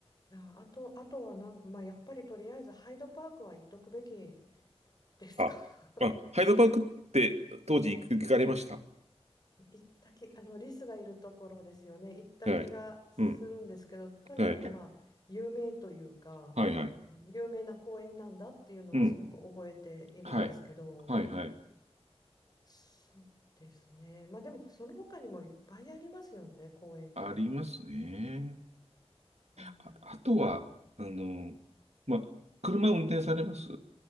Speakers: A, on the left; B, on the right.
A: いや、あと、あとはなん、まあ、やっぱりとりあえずハイドパークは行っとくべきですか。
B: あ、
A: <laughs>
B: あ、ハイドパークって当時行く行かれました
A: り行った気、あの、リスがいるところですよね。行った気がするんですけど、
B: はい。うん。
A: とにかくまあ、
B: はい。
A: 有名というか、
B: はいはい。
A: あの有名な公園なんだっていうのはすごく覚えているんですけど、
B: うん。はい。はいはい。
A: そうですね。まあでも、その他にもいっぱいありますよね、公園って。
B: ありますね。
A: うん、
B: あ、あとは、あの、ま、車運転されます